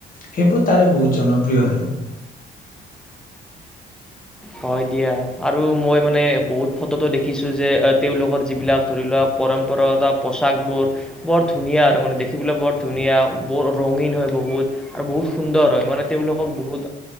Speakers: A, on the left; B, in the centre.
A: সেইবোৰ তাৰে বহুত জনপ্ৰিয় আৰু।
B: হয় দিয়া আৰু মই মানে বহুত ফটোতো দেখিছো যে তেওঁলোকৰ যিবিলাক ধৰি লোৱা পৰম্পৰাগত পোচাকবোৰ বৰ ধুনীয়া আৰু মানে দেখিবলৈ বৰ ধুনীয়া, বৰ ৰঙীন হয় বহুত আৰু বহুত সুন্দৰ হয় মানে তেওঁলোকক বহুত